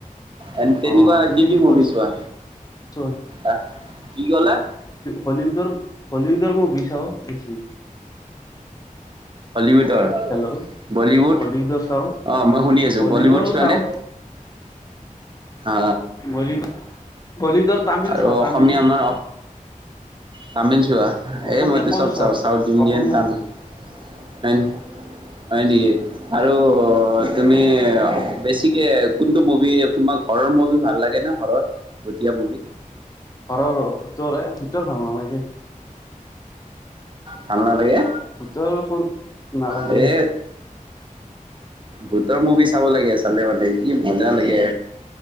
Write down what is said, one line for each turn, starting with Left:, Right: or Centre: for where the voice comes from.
Right: এ তেনেকুৱা
Left: অ তুমি
Right: কি কি মুভী
Left: ক'ত
Right: ছোৱা,
Left: চোৱা
Right: আহ কি কলা
Left: বলিউডৰ বলিউডৰ মুভী চাও বেছি
Right: হলীউডৰ
Left: হেল্ল'
Right: বলীউড
Left: বলীউডৰ চাওঁ
Right: অঁ মই শুনি আছোঁ
Left: বলীউডৰো
Right: বলীউড চোৱানে?
Left: চাওঁ
Right: অ
Left: বলী বলীউডৰ তামিল
Right: আৰু
Left: চাওঁ
Right: অসমীয়া
Left: তামিল
Right: আমাৰ তামিল, চোৱা
Left: অসমীয়া
Right: এই মইতো
Left: কম
Right: চব চাওঁ চাউথ ইণ্ডিয়ান
Left: অসমীয়া
Right: তামিল, হয় নি হয়
Left: উম
Right: নেকি? আৰু তুমি এ <unintelligible> বেছিকে কোনটো মুভি তোমাৰ ঘৰৰ মুভি ভাল লাগে ন ঘৰৰ ভূটীয়া মুভি।
Left: ঘৰৰ ভূতৰ এ ভূতৰ ভাল নালাগে।
Right: ভাল নালাগে
Left: ভূতৰ নালাগে
Right: এ ভূতৰ মুভি চাব লাগে, চালে মানে কি মজা লাগে